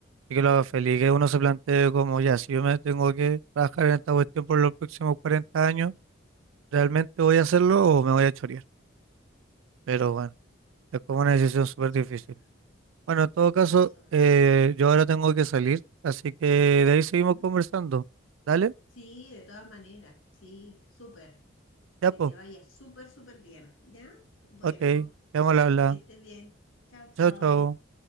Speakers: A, on the right (about 85°); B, on the left (about 90°).
A: y que lo haga feliz, que uno se plantee como, ya, si yo me tengo que trabajar en esta cuestión por los próximos 40 años, ¿realmente voy a hacerlo o me voy a chorear? Pero
B: Claro,
A: bueno, es como una decisión súper
B: eso
A: difícil.
B: es verdad.
A: Bueno, en todo caso,
B: Eso es verdad.
A: eh, yo ahora tengo que salir, así que de ahí seguimos
B: ¿no?
A: conversando. ¿Dale?
B: Sí, de todas maneras, sí, súper.
A: Ya,
B: Que
A: pues.
B: te vaya súper, súper bien, ¿ya? Bueno,
A: Ok, quedamos al habla.
B: que estés bien. Chao, chao.
A: Chao, chao.